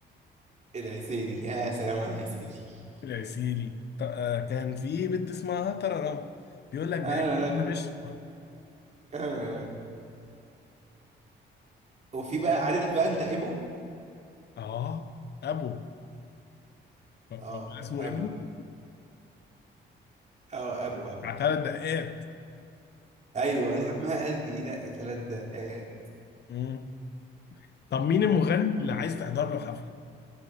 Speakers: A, on the right (about 35°); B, on the left (about 55°).
A: العسيلي يا سلام على العسيلي
B: العسيلي ط- آه، كان في بنت اسمها تررم بيقول لك ده
A: انا
B: أكيد مش
A: انا أنا- وفي بقى عارف بقى انت ابو
B: اه ابو هو
A: اه
B: اسمه
A: ابو
B: ابو
A: اه ابو ابو
B: بتاع ثلاث دقات
A: ايوه لما قلبي يدق ثلاث دقات
B: مم. طب مين المغني اللي عايز تحضر له حفلة؟